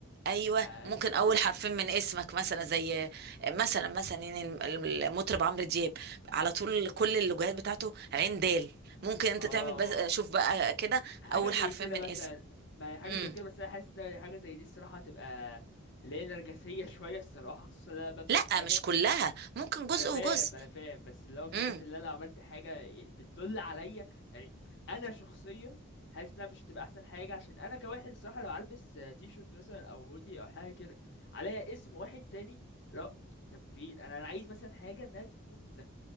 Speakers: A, on the right; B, on the left.
A: ايوه
B: ف...
A: ممكن
B: فهتثبت
A: اول حرفين من اسمك مثلا زي مثلا مثلا يعني المطرب عمرو دياب على طول كل اللوجوهات بتاعته عين دال ممكن انت
B: اه
A: تعمل بس شوف بقى كده
B: حاجة
A: اول
B: زي
A: حرفين
B: كده
A: من
B: مثلا
A: اسم
B: ما هي حاجة
A: امم
B: زي كده بس أنا حاسس إن حاجة زي دي الصراحة هتبقى اللي هي نرجسية <laughs> شوية الصراحة خصوصا لما ببدأ
A: لا
B: حاجة
A: مش كلها ممكن جزء
B: ما أنا فاهم
A: وجزء
B: ما أنا فاهم بس اللي هو فكرة
A: امم
B: إن أنا لو عملت حاجة بتدل عليا يعني أنا شخصيا حاسس إنها مش هتبقى أحسن حاجة عشان أنا كواحد الصراحة لو هلبس آه، تي شيرت مثلا أو هودي أو حاجة كده عليها اسم واحد تاني لا طب فين أنا أنا عايز مثلا حاجة إنها تكون